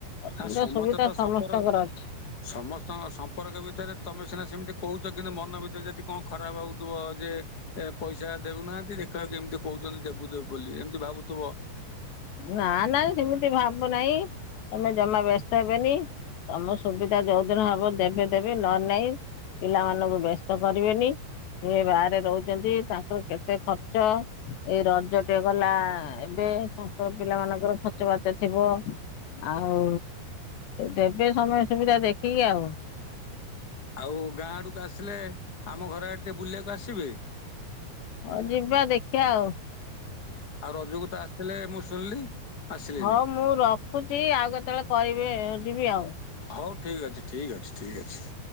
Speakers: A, on the left (about 75°); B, on the left (about 25°).
A: ଅସୁବିଧା
B: ହ ସମସ୍ତେ
A: ସୁବିଧା
B: ତ ସମ୍ପର୍କ
A: ସମସ୍ତଙ୍କର ଅଛି।
B: ସମସ୍ତଙ୍କ ସମ୍ପର୍କ ଭିତରେ ତମେ ସିନା ସେମିତି କହୁଚ କିନ୍ତୁ ମନ ଭିତରେ ଯଦି କଣ ଖରାପ ଭାବୁଥିବ ଯେ ଏ ପଇସା ଦେଉନାହାନ୍ତି ଦେଖିଲା ବେଳକୁ ଏମିତି କହୁଛନ୍ତି ଦେବୁ ଦେବୁ ବୋଲି ଏମିତି ଭାବୁଥିବ
A: ନା ନା ସେମିତି ଭାବୁନାହିଁ। ତମେ ଜମା ବ୍ୟସ୍ତ ହେବେନି ତମ ସୁବିଧା ଯୋଉଦିନ ହବ ଦେବେ ଦେବେ ନ ଲେ ନାଇଁ ପିଲାମାନଙ୍କୁ ବ୍ୟସ୍ତ କରିବେନି। ଏ ବାହାରେ ରହୁଛନ୍ତି ତାଙ୍କର କେତେ ଖର୍ଚ୍ଚ ଏଇ ରଜ ଟେ ଗଲା ଏ ବେ ତାଙ୍କ ପିଲା ମାନଙ୍କର ଖର୍ଚ୍ଚ ବାର୍ଚ ଥିବ ଆଉ ଦେବେ ସମୟ ସୁବିଧା ଦେଖିକି ଆଉ।
B: ଆଉ ଗାଁ ଆଡକୁ ଆସିଲେ ଆମ ଘର ଆଡେ ଟିକେ ବୁଲିବାକୁ ଆସିବି।
A: ହଉ ଯିବା ଦେଖିବା ଆଉ।
B: ଆଉ ରଜକୁ ତ ଆସିଥିଲେ ମୁଁ ଶୁଣିଲି। ଆସିଲେନି
A: ହଁ ମୁଁ ରଖୁଛି ଆଉ କେତେବେଳେ କରିବେ ଯିବି ଆଉ।
B: ହଉ ଠିକ୍ ଅଛି ଠିକ୍ ଅଛି ଠିକ୍ ଅଛି।